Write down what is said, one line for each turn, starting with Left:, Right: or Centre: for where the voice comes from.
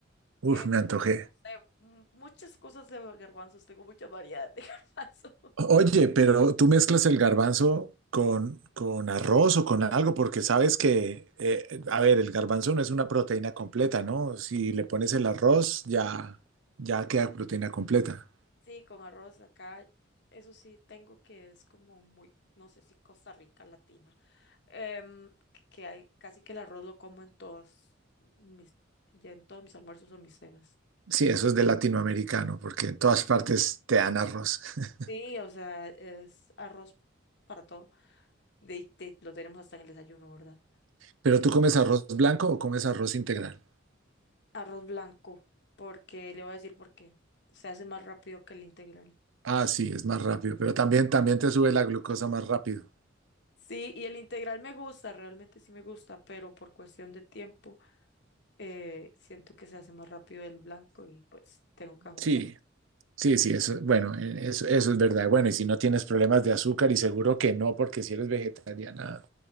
Right: Uf,
Left: Eh,
Right: me antojé.
Left: no sé, m- muchas cosas de garbanzos, tengo mucha variedad de <laughs> garbanzo.
Right: Oye, pero tú mezclas el garbanzo con, con arroz o con algo, porque sabes que, eh, a ver,
Left: Así
Right: el garbanzo
Left: con arroz.
Right: no es una proteína completa, ¿no? Si le pones el arroz, ya, ya queda proteína completa.
Left: Sí, con arroz acá, eso sí tengo que es como muy, no sé si Costa Rica latina, em, que hay casi que el arroz lo como en todos mis, ya en todos mis almuerzos o mis cenas.
Right: Sí, eso es de latinoamericano, porque en todas partes te dan arroz. <laughs>
Left: Sí, o sea, es arroz para todo. De, de- lo tenemos hasta en el desayuno, ¿verdad?
Right: ¿Pero tú comes arroz blanco o comes arroz integral?
Left: Arroz blanco, porque le voy a decir por qué. Se hace más rápido que el integral.
Right: Ah, sí, es más rápido, pero también, también te sube la glucosa más rápido.
Left: Sí, y el integral me gusta, realmente sí me gusta, pero por cuestión de tiempo eh, siento que se hace más rápido el blanco y pues tengo que ajustar.
Right: Sí, Sí, sí, eso, bueno, eh, eso, eso es verdad. Bueno, y si no tienes problemas de azúcar, y seguro que no, porque si eres vegetariana,